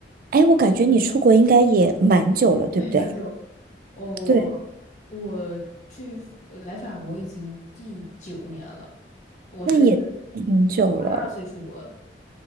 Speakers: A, on the right; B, on the left.
A: 哎，我感觉你出国应该也蛮久了，对不对？
B: 对，蛮久。哦，
A: 对，
B: 我我去呃来法国已经第九年了，我是
A: 那也挺久了。
B: 二十二岁出国的。